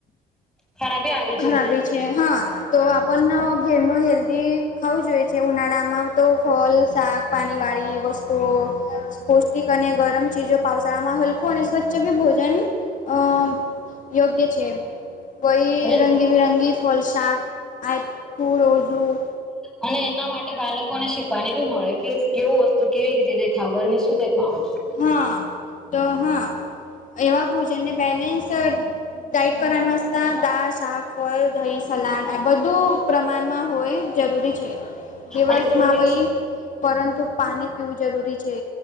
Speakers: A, in the centre; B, on the left.
A: ખરાબી આવે છે.
B: ખરાબી હા. તો આપણ ઘેરનું હેલ્ધી ખાવું જોઈએ છે. ઉનાળામાં તો ફલ, શાક પાણી વાળી વસ્તુઓ પૌષ્ટિક અને ગરમ ચીજો પાાવશળામાં, હલકોું અને સ્વચ્છ બી ભોજન અ. યોગ્ય છે. બઈ
A: અને
B: રંગીબિરંગી ફલ, શાક આપું રોઝું.
A: અને એના માટે બાળકોને શ. પાની બી મળે. કે કેવું વસ્તુ કેવી રીતે દેખાવ ને શું દેખાવુ?
B: હા તો હા એવા ભોજનને બેલેન્સ ડાઇટ કરવા વાસતા દાળ, શાક, ફળ, દહીં, સલાડ આ બધું પ્રમાણમાં હોય જરૂરી છે. દિવસમાં
A: અને કોલ્ડ્રિંક્સ
B: વહી પરંતુ પાણી પીવું જરૂરી છે.